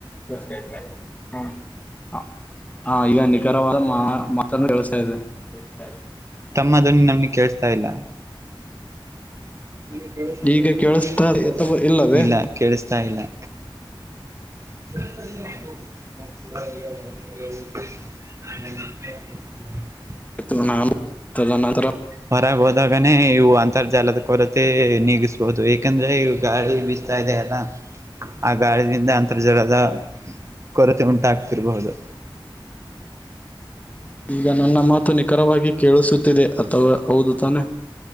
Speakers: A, on the left; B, on the right.
A: <unintelligible> ಹ ಹ ಈಗ ನಿಖರವಾದ ಮಹಾ ಮಾತನ್ನು ಕೆಳಸ್ತಾ ಇದೆ. <unintelligible>
B: ತಮ್ಮ ಧ್ವನಿ ನಮ್ಗ ಕೆಳಸ್ತಾ ಇಲ್ಲಾ. <unintelligible>
A: ಈಗ ಕೇಳಿಸ್ತಾ ಅಥವಾ ಇಲ್ಲವೇ
B: ಇಲ್ಲಾ ಕೇಳಿಸ್ತಾ ಇಲ್ಲಾ. <unintelligible> <unintelligible>
A: <unintelligible> ನಾಮ ತದನಂತರ.
B: ಹೊರಗ ಹೋದಾಗನೇ ಇವು ಅಂತರ್ಜಾಲದ ಕೊರತೆ ನೀಗಸಬ ಹುದು ಏಕಂದ್ರೆ ಈ ಗಾಳಿ ಬೀಸ್ತಾ ಇದೆ ಅಲಾ ಆ ಗಾಳಿದಿಂದಾ. ಜಳದ ಕೊರತೆ ಉಂಟಾಗ್ತಿರಬಹುದು.
A: ಈಗ ನನ್ನ ಮಾತು ನಿಖರವಾಗಿ ಕೇಳಿಸುತ್ತಿದೆ ಅಥವಾ ಹೌದು ತಾನೆ.